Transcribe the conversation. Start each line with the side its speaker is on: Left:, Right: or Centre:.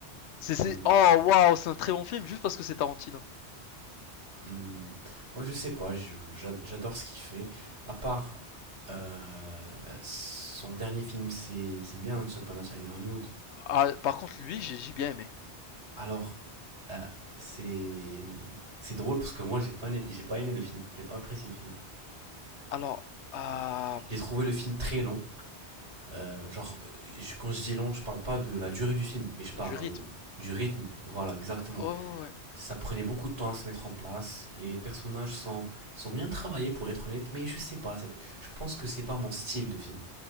Left: C'est c'est
Right: mhm.
Left: oh waouh, c'est un très bon film juste parce que c'est Tarantino.
Right: Hmm, Moi, je sais pas, je- j'a- j'adore ce qu'il fait. À part euh, son dernier film, c'est c'est bien Once Upon a Time in Hollywood.
Left: Ah, par contre, lui, j'ai j'ai bien aimé.
Right: Alors, euh, c'est c'est drôle parce que moi, j'ai pas, né- j'ai pas aimé le film, j'ai pas apprécié le film.
Left: Alors, euh,
Right: J'ai trouvé le film très long. Euh, genre, je- quand je dis long, je parle pas de la durée du film, mais je parle
Left: du rythme.
Right: du rythme. Voilà, exactement.
Left: Oh, ouais.
Right: Ça prenait beaucoup de temps à se mettre en place. Les personnages sont, sont bien travaillés pour être honnête, mais je sais pas. Je pense que c'est pas mon style de film.